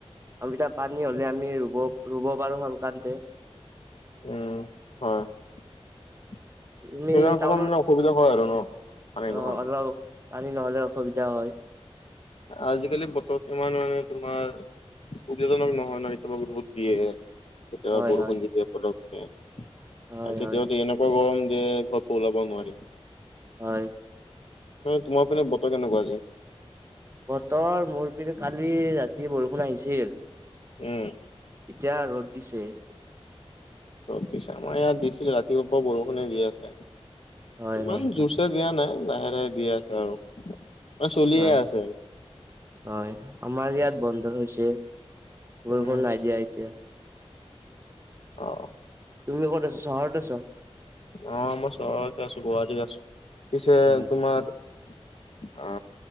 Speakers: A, on the right; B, on the left.
A: আমি তাত পানী হলে আমি ৰুব, ৰুব পাৰোঁ, সংকান্তে।
B: উম হয়। সেইকাৰণে
A: তুমি
B: অকমান
A: টাউনৰ
B: মানে অসুবিধা হয় আৰু ন, পানী নোহোৱাকে।
A: অ অলপ পানী নহ'লে অসুবিধা হয়।
B: আজিকালি বতৰ কিমান মানে তোমাৰ উবজাজনক নহয় ন কেতিয়াবা ৰ'দ দিয়ে, কেতিয়াবা
A: হয়
B: বৰষুণ
A: হয়
B: দিয় পতকে
A: হয়
B: আৰু কেতিয়াবা
A: হয়
B: এনেকুৱা গৰম দিয়ে, ঘৰটো ওলাব নোৱাৰি।
A: হয়।
B: তোমাৰ পিনে বতৰ কেনেকুৱা আজি?
A: বতৰ মোৰ পিনে কালি ৰাতি বৰষুণ আহিছিল।
B: উম।
A: এতিয়া ৰ'দ দিছে।
B: ৰদ‌ দিছে, আমাৰ ইয়াত দিছিলে, ৰাতিপুৱা পৰা বৰষুণে দি আছে,
A: হয়
B: ইমান
A: হয় হয়
B: জোৰছে দিয়া নাই, লাহে-লাহে দি আছে আৰু। মানে চলিয়ে
A: হয়,
B: আছে।
A: হয়, আমাৰ ইয়াত বন <unintelligible> হৈছে বৰষুণ
B: উম,
A: নাই দিয়া এতিয়া।
B: অ'হ।
A: তুমি ক'ত আছা, চহৰত আছা?
B: অ মই চহৰত আছোঁ, গুৱাহাটীত আছোঁ, পিছে
A: হয়
B: তোমাৰ অ